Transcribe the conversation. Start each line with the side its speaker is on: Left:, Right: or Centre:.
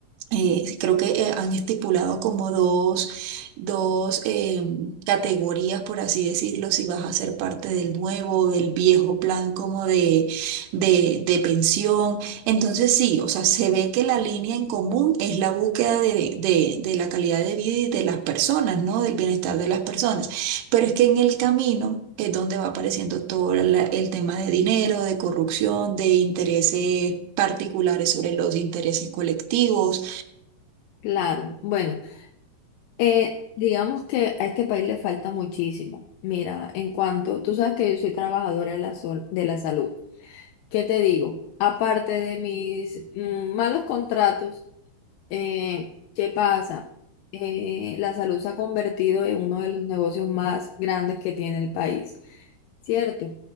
Right: eh, sí, creo que eh, han estipulado como dos, dos em, categorías, por así decirlo, si vas a ser parte del nuevo o del viejo plan como de, de, de pensión. Entonces sí, o sea, se ve que la línea en común es la búsqueda de, de, de la calidad de vida y de las personas, ¿no? Del bienestar de las personas. Pero es que en el camino... es donde va apareciendo todo la- el tema de dinero, de corrupción, de intereses particulares sobre los intereses colectivos,
Left: Claro, bueno, eh, digamos que a este país le falta muchísimo. Mira, en cuanto, tú sabes que yo soy trabajadora de la, sol- de la salud. ¿Qué te digo? Aparte de mis mm, malos contratos, Eh, ¿qué pasa? Eh, la salud se ha convertido en uno de los negocios más grandes que tiene el país, ¿cierto?